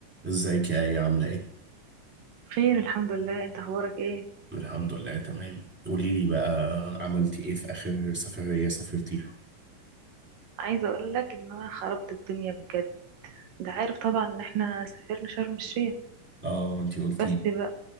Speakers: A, in the centre; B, on the right.
A: ازيك يا ايه عاملة ايه؟
B: خير الحمد لله انت اخبارك ايه
A: الحمد لله تمام قولي لي بقى عملتي ايه في اخر سفرية سافرتيها؟
B: عايزه اقول لك ان انا خربت الدنيا بجد انت عارف طبعا ان احنا سافرنا شرم الشيخ
A: اه وانتي قلتي
B: بس بقى